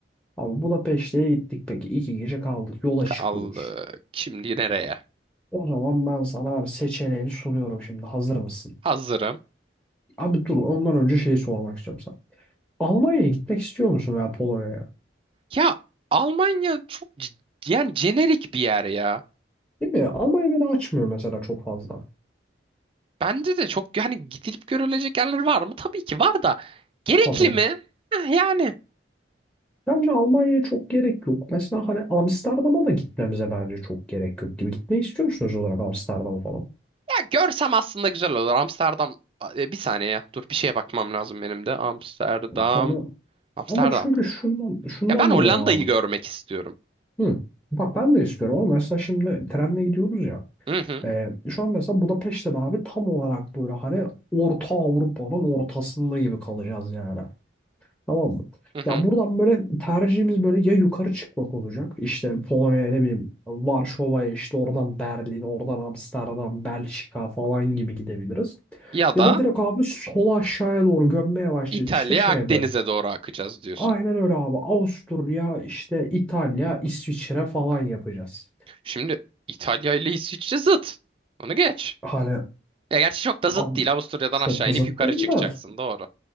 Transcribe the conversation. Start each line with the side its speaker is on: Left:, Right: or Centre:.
Centre: abi Budapeşte'ye gittik peki. iki gece kaldık. Yola
Right: Kaldık.
Centre: çıkıyoruz.
Right: Şimdi nereye?
Centre: O zaman ben sana abi seçeneğini sunuyorum şimdi. Hazır mısın?
Right: Hazırım.
Centre: Abi dur ondan önce şeyi sormak istiyorum sana. Almanya'ya gitmek istiyor musun veya Polonya'ya?
Right: Ya Almanya çok c- yani jenerik bir yer ya.
Centre: Değil mi? Almanya beni açmıyor mesela çok fazla.
Right: Bende de çok yani gidilip görülecek yerler var mı? Tabii ki var da. Gerekli
Centre: Çok fazla var.
Right: mi? Heh, yani.
Centre: Bence Almanya'ya çok gerek yok. Mesela hani Amsterdam'a da gitmemize bence çok gerek yok gibi. Gitmeyi istiyor musunuz olarak Amsterdam'a falan?
Right: Ya görsem aslında güzel olur. Amsterdam e, bir saniye ya. Dur bir şeye bakmam lazım benim de. Amsterdam.
Centre: Hani
Right: Amsterdam.
Centre: ama çünkü şundan, şundan
Right: Ya ben Hollanda'yı
Centre: dolayı abi.
Right: görmek istiyorum.
Centre: Hı. Bak ben de istiyorum ama mesela şimdi trenle gidiyoruz ya.
Right: Hı hı
Centre: Ee, şu an mesela Budapeşte'de abi tam olarak böyle hani Orta Avrupa'nın ortasında gibi kalacağız yani. Tamam mı?
Right: hı hı.
Centre: Ya buradan böyle tercihimiz böyle ya yukarı çıkmak olacak. İşte Polonya'ya ne bileyim Varşova'ya işte oradan Berlin, oradan Amsterdam, Belçika falan gibi gidebiliriz.
Right: Ya
Centre: Ya
Right: da
Centre: da direkt abi sola aşağıya doğru gömmeye başlayacağız
Right: İtalya
Centre: işte şeye
Right: Akdeniz'e
Centre: böyle.
Right: doğru akacağız diyorsun.
Centre: Aynen öyle abi. Avusturya, işte İtalya, İsviçre falan yapacağız.
Right: Şimdi İtalya ile İsviçre zıt. Onu geç.
Centre: Hani
Right: Ya gerçi çok da zıt
Centre: abi
Right: değil. Avusturya'dan
Centre: çok
Right: aşağı
Centre: da
Right: inip
Centre: zıt
Right: yukarı
Centre: değiller.
Right: çıkacaksın. Doğru.